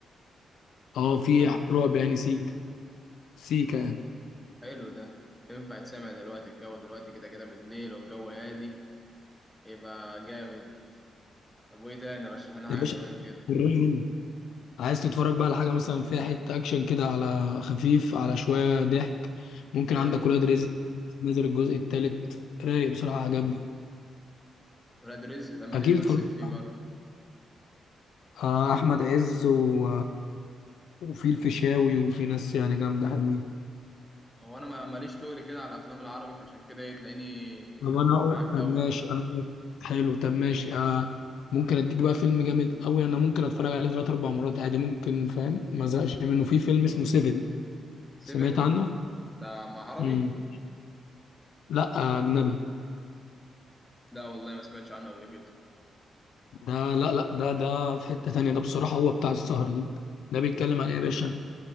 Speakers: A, on the left; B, in the centre.
A: اه في
B: فيلم
A: رعب يعني سيكا سيكا يعني
B: حلو ده ينفع تسمع دلوقتي الجو دلوقتي كده كده بالليل والجو هادي هيبقى جامد طب وايه تاني رشح لنا
A: يا
B: حاجه
A: باشا
B: كمان كده
A: وريني مني عايز تتفرج بقى على حاجة مثلا فيها حتة أكشن كده على خفيف على شوية ضحك ممكن
B: ماشي
A: عندك ولاد رزق نزل الجزء التالت رايق بصراحة عجبني
B: ولاد رزق ده مين
A: أكيد
B: اللي بيمثل
A: اتفرجت
B: فيه
A: على-
B: برضه
A: آه، أحمد عز و... وفي الفيشاوي وفي ناس يعني جامدة حلوين
B: هو انا ما- ماليش تقل كده على الافلام العربي فعشان كده إيه تلاقيني
A: طب انا
B: مش
A: اقول
B: معاك
A: طب
B: قوي
A: ماشي انا اقول لك حلو طب ماشي آه ممكن اديك بقى فيلم جامد قوي انا ممكن اتفرج عليه ثلاث اربع مرات عادي ممكن فاهم ما زهقش منه في فيلم
B: اه
A: اسمه سيفن
B: سيفن
A: سمعت عنه
B: ده مع عربي
A: امم لا آه، اجنبي
B: لا والله ما سمعتش عنه قبل كده
A: ده لا لا ده ده في حتة تانية ده بصراحة هو بتاع السهرة دي ده بيتكلم عن ايه يا باشا